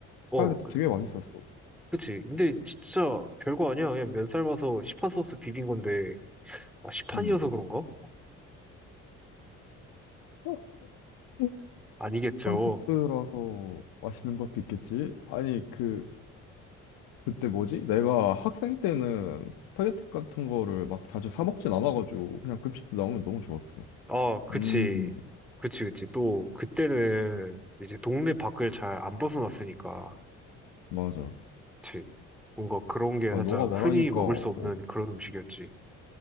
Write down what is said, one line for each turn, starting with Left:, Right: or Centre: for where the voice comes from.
Centre: 어,
Left: 스파게티
Centre: 그-
Left: 되게 맛있었어.
Centre: 그치. 근데 진짜 별거 아니야. 그냥 면 삶아서 시판 소스 비빈 건데, 아, 시판이어서
Left: 음.
Centre: 그런가?
Left: 어? 그
Centre: 아니겠죠.
Left: 한 소스라서 맛있는 것도 있겠지? 아니, 그 그때 뭐지? 내가 학생 때는 스파게티 같은 거를 막 자주 사 먹진 않아가지고 그냥 급식 때 나오면 너무 좋았어.
Centre: 아, 그치.
Left: 음,
Centre: 그치, 그치. 또, 그때는 이제 동네 밖을 잘 안 벗어났으니까.
Left: 맞아.
Centre: 그치. 뭔가 그런 게
Left: 아,
Centre: 살짝
Left: 너가
Centre: 흔히
Left: 말하니까,
Centre: 먹을
Left: 어,
Centre: 수 없는 그런 음식이었지.